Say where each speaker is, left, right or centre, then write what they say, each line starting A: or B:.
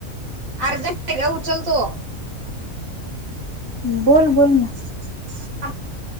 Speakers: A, on the right; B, on the right.
A: आहे गं उचलतो.
B: बोल बोल ना.
A: <unintelligible>